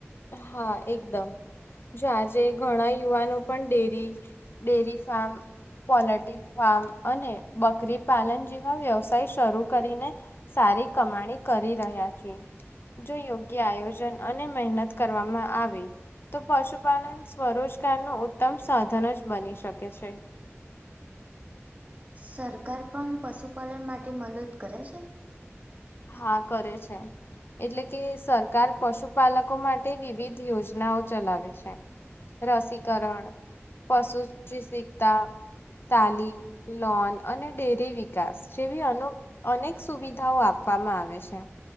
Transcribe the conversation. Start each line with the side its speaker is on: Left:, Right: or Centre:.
Left: હા, એકદમ. જો, આજે ઘણા યુવાનો પણ dairy dairy farm poultry farm અને બકરી પાલન જેવા વ્યવસાય શરૂ કરીને સારી કમાણી કરી રહ્યા છે જો યોગ્ય આયોજન અને મહેનત કરવામાં આવે તો પશુપાલન સ્વરોજગાર નો ઉત્તમ સાધન જ બની શકે છે
Right: સરકાર પણ પશુપાલન માટે મદદ કરે છે
Left: હા કરે છે એટલે કે સરકાર પશુપાલકો માટે વિવિધ યોજનાઓ ચલાવે છે રસીકરણ પશુ <unintelligible> તાલીમ લોન અને ડેરી વિકાસ જેવી અનો અનેક સુવિધાઓ આપવામાં આવે છે